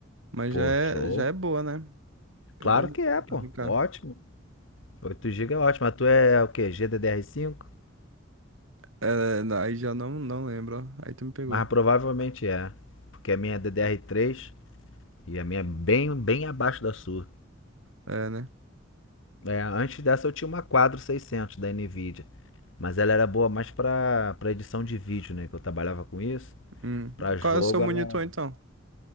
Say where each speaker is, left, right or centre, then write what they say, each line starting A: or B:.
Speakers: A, on the right (about 75°); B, on the left (about 70°).
A: Mas
B: Pô,
A: já é,
B: show.
A: já é boa, né? É
B: Claro
A: boa,
B: que é,
A: dá
B: pô,
A: pra brincar.
B: ótimo. 8 GB é ótimo. A tua é o quê? GDDR5?
A: É, não, aí já não, não lembro, ó. Aí tu me pegou.
B: Mas provavelmente é, porque a minha é DDR3 e a minha é bem, bem abaixo da sua.
A: É, né?
B: É, antes dessa eu tinha uma Quadro 600 da Nvidia. Mas ela era boa mais para para edição de vídeo, né? Que eu trabalhava com isso.
A: Hum.
B: Para
A: E Qual
B: jogo,
A: é o seu monitor,
B: ela.
A: então?